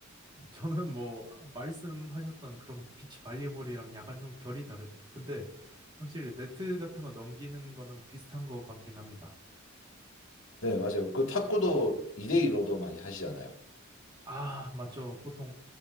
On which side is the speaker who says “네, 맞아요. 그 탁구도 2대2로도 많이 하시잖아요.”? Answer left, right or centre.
Left